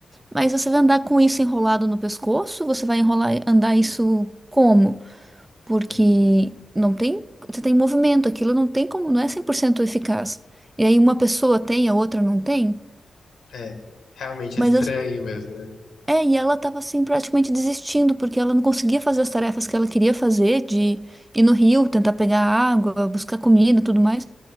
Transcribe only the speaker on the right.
Mas você vai andar com isso enrolado no pescoço? Você vai enrolar, andar isso como? Porque
não tem, você tem movimento, aquilo não tem como, não é 100% eficaz. E aí uma pessoa tem, a outra não tem.
Mas
as-
é, e ela tava assim praticamente desistindo porque ela não conseguia fazer as tarefas que ela queria fazer, de ir no rio, tentar pegar água, buscar comida, e tudo mais,